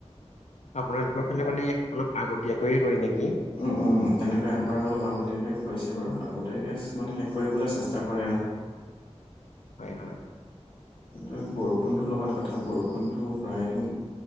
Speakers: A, on the left (about 80°); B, on the left (about 50°).
A: আপোনালোকৰ ফালে মানে অলপ আগতীয়াকৈয়ে ৰই নেকি।
B: উম উম তেনেকুৱায় এবাৰ অলপ আগতীয়াকে হৈছে বাৰু আগতীয়াকে মানে শেষ কৰিবলৈ চেষ্টা কৰে আৰ।
A: হয় হয়।
B: কিন্তু বৰষুণটোৰ লগত কথা বৰষুণটো প্ৰায়